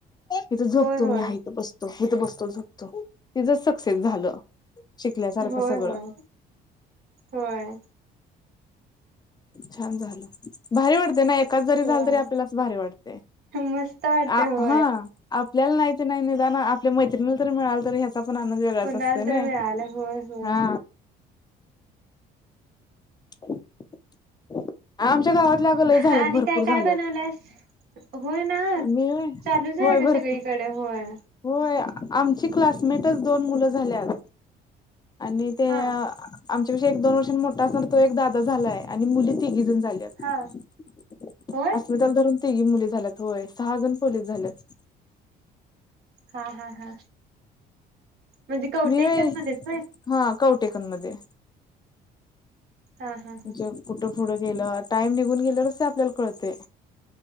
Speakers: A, on the left; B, on the right.
A: इथ झोपतू
B: होय होय
A: मी आ इथ बसतो इथ बसतो झोपतु तिझ क्सेस झालं शिकल्यासारखं
B: होय
A: सगळं.
B: होय होय
A: छान झालं. भारी वाटते ना एकाच जरी
B: होय
A: झालं तरी आपल्याला भारी वाटतय.
B: मस्त वाटत
A: आ
B: होय
A: हं आपल्याला नाही तर नाही निदान आपल्या मैत्रिणीला तरी मिळाल तर ह्याचा पण नंद वेगळळाच
B: कुणाला
A: असते
B: तर
A: नई
B: मिळालं होय होय
A: हा. <inaudible> आमच्या गावातल्या अग लय झाल्यात
B: आणि
A: भरपूर
B: काय
A: झाल्यात.
B: काय बनवल्यास? होय ना
A: मी व्हय
B: चालूच आहे
A: होय भरपूर
B: ग सगळीकडे होय.
A: होय आमची क्लासमेटच दोन मुलं झाल्यात. आणि ते
B: हा
A: आमच्या पक्षी एक दोन वर्षां मोठा असणार तो एक दादा झालाय आणि मुली तिघी जण अस्मिताला
B: हा होय
A: धरून तिघी मुली झाल्यात होय सहा जण पोलीस झाल्यात.
B: हा हा हा म्हणजे कवटे
A: मी होय
B: एटनमध्येच नाय.
A: हा कवटेकनमध्ये
B: हा हा हा
A: म्हणजे कुठं पुुढं गेलं टाइम निघून गेल्यावरच ते आपल्याला कळते.